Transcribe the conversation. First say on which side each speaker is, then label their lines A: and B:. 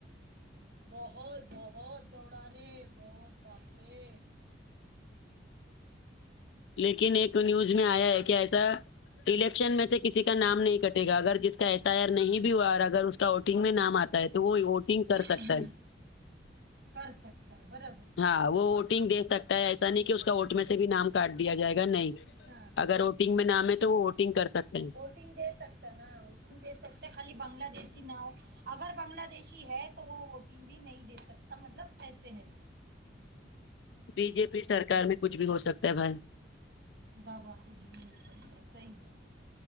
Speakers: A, on the right; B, on the left.
A: بہت بہت دوڑا رے بہت باپ رے
B: لیکن ایک نیوز میں آیا ہے کہ ایسا الیکشن میں سے کسی کا نام
A: ہوں
B: نہیں کٹے گا اگر جس کا ایس آئی آر نہیں بھی ہوا اگر اس کا ووٹنگ میں نام آتا ہے تو وہ ووٹنگ کر سکتا
A: ہوں
B: ہے
A: کر سکتا ہے برابر
B: ہاں وہ ووٹنگ دے سکتا ہے ایسا نہیں کہ اس کا ووٹ میں سے بھی نام کاٹ دیا جائے گا نہیں
A: ہاں
B: اگر ووٹنگ میں نام ہے تو وہ ووٹنگ کر سکتے ہیں
A: وٹنگ دے سکتے ہے ووٹنگ دے سکتے خالی بنگلہ دیشی نا ہو اگر بنگلہ دیشی ہے تو وہ ووٹنگ بھی نہیں دے سکتا مطلب ایسے ہے
B: بی جے پی سرکار میں کچھ بھی ہو سکتا ہے بھائی
A: با با کچھ بھی ہوسکتا ہے صحیح بولا